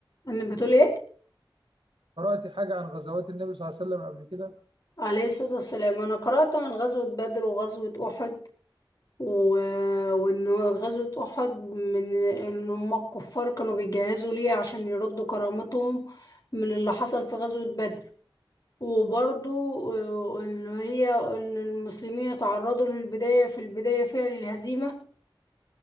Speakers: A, on the left; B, on the right.
A: انا بتقول ايه؟
B: قرات حاجه عن غزوات النبي صلى الله عليه وسلم قبل كده
A: عليه الصلاة والسلام انا قرأت عن غزوة بدر وغزوة احد و... وان غزوة احد من ان هم الكفار كانوا بيجهزوا ليه عشان يردوا كرامتهم من اللي حصل في غزوة بدر وبرضو آه، ان هي ان المسلمين اتعرضوا للبداية في البداية فيها للهزيمة